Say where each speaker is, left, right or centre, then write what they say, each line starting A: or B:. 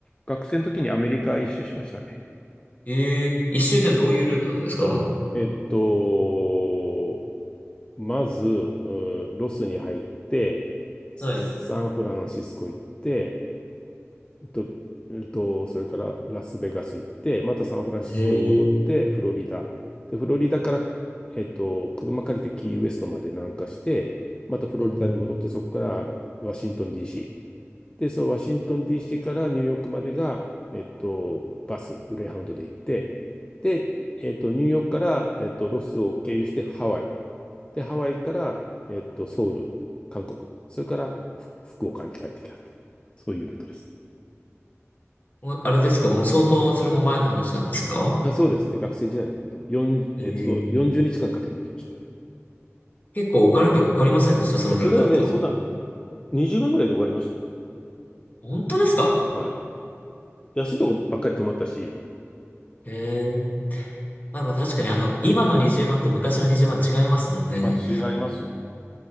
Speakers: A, on the left; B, on the left.
A: 学生の時にアメリカ一周しましたね。
B: ええ、一周ってのはどういうルートなんですか
A: えっと、まず、うんロスに入って、ササンフランシスコ行って、
B: はい。
A: えっと、えっと、それからラスベガス行って、またサンフランシスコに戻って、
B: へえ。
A: フロリダ。で、フロリダから、えっと、車借りてキーウエストまで南下して、またフロリダに戻って、
B: えー
A: そこからワシントン DC。で、そう、ワシントン DC からニューヨークまでが、えっと、バス、グレーハウンドで行って、で、えっと、ニューヨークから、えっと、ロスを経由してハワイ。で、ハワイから、えっと、ソウル、韓国。それから、ふ福岡に帰ってきたって。そういうルートです。
B: もうあれですかもう相当、それも前の話なんですか
A: あ、そうですね。学生時代なんで。40、
B: ええ、
A: えっと、そう日間かんかけてきましたよ。い
B: 結構お金とかかかりませんでしたそのルートだと。
A: やそれはね、そんな20万ぐらいで終わりましたよ。
B: 本当ですか
A: はい。安いとこばっかり泊まったし、
B: へえ。まあ、まあ確かにあの、今の20万と昔の20万違いますもんね。
A: まあ違いますよね。